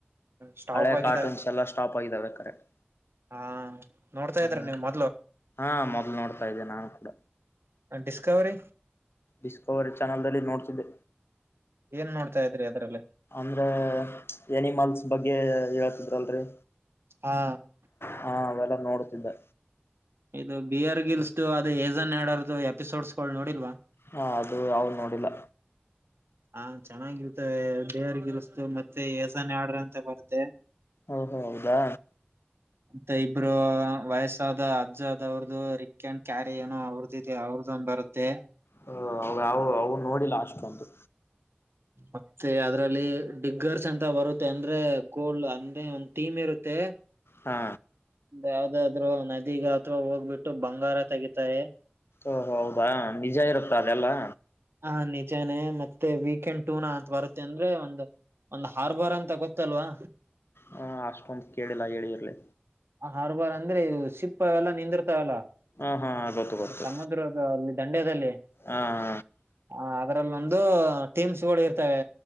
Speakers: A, on the right; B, on the left.
A: ಸ್ಟಾಪ್
B: ಹಳೆ
A: ಆಗಿದಾವೆ
B: ಕಾರ್ಟೂನ್ಸ್ ಎಲ್ಲ ಸ್ಟಾಪ್ ಆಗಾವೆ ಕರೆಕ್ಟ್
A: ಹಾ ನೋಡ್ತಾ ಇದ್ರ
B: ಹ್ಮ
A: ನೀವು ಮ
B: ಹಾ ಮೊದ್ಲು ನೋಡ್ತಾ ಇದ್ದೆ ನಾನು ಕೂಡ
A: ಡಿಸ್ಕವರಿ
B: ಡಿಸ್ಕವರಿ ಚಾನಲ್ಲ್ ನೋಡ್ಸಿದ್ದೆ
A: ಏನ್ ನೋಡ್ತಾ ಇದ್ರಿ ಅದರಲ್ಲಿ
B: ಅಂದ್ರ ಏನಿಮಲ್ಸ್ ಬಗ್ಗೆ ಹೇಳಿತಿದ್ರಲ್ರರಿ
A: ಹಾ
B: ಹಾ ಅವೆಲ್ಲಾ ನೋಡ್ತಿದ್ದೆ
A: ಇದು ಬಿಯರ್ ಗಿಲ್ಸ್ ಅದು ಏಜನ್ ಆಡಾರದು ಎಪಿಸೋಡ್ಸ್ಗಳು ನೋಡಿಲ್ವಾ
B: ಹಾ ಅದು ಯಾವದ್ ನೋಡಿಲ್ಲಾ
A: ಹಾ ಚೆನ್ನಾಗಿರ್ತ ಬೇರ್ಗಿರ್ಸ್ತು ಮತ್ತೆ ಯಸನ್ ಆಡ್ರ ಅಂತ ಬರುತ್ತೆ
B: ಹಓ ಹ ಹೌದಾ
A: ಮತ್ತೆ ಇಬ್ರು ವಯಸ್ಸಾದ ಅಜ್ಜದವ್ರ್ದು ರಿಕ್ ಅಂಡ್ ಕ್ಯಾರಿ ಏನು ಅವ್ರದ್ದು ಅವ್ರದೊಂದ ಬರುತ್ತೆ
B: ಹ ಅವ ಯಾವವು ನೋಡಿಲ್ಲ ಅಷ್ಟೊಂದು
A: ಮತ್ತೆ ಅದ್ರಲ್ಲಿ ಡಿಗ್ಗರ್ಸ್ ಅಂತ ಬರುತ್ತೆ ಅಂದ್ರೆ ಗೋಲ್ಡ್ ಅಂದ್ರೆ ಒಂದ್ ಟೀಮ್ ಇರುತ್ತೆ
B: ಹಾ
A: ಯಾವ್ದಾದ್ರು ನದಿಗ ಅಥವಾ ಹೋಗ್ಬಿಟ್ಟು ಬಂಗಾರ ತೆಗಿತಾರೆ
B: ಓಹ ಹೌದಾ ನಿಜ ಇರುತ್ತಾ ಅದೆಲ್ಲಾ
A: ಹ ನಿಜಾನೇ ಮತ್ತೆ ವೀಕೆಂಡ್ ಟೂನಾ ಅಂತ ಬರುತ್ತೆ ಅಂದ್ರೆ ಒಂದು ಒಂದ್ ಹಾರ್ಬರ್ ಅಂತ ಗೊತ್ತಲ್ವಾ
B: ಹ ಅಷ್ಟೊಂದು ಕೇಳಿಲ್ಲ ಹೇಳಿರ್ಲಿ
A: ಹರ್ಬಾರ್ ಅಂದ್ರೆ ಸಿಪ್ಪ ಎಲ್ಲ ನಿಂದಿರ್ತಾವಲ್ಲ
B: ಹಾ ಹಾ ಗೊತ್ತು ಗೊತ್ತು
A: ಸಮುದ್ರ ಅಲ್ಲಿ ದಂಡ್ಯದಲ್ಲಿ
B: ಹಾ
A: ಹ ಅದ್ರಲ್ಲಿ ಒಂದು ಟೀಮ್ಸ್ ಗಳು ಇರ್ತವೆ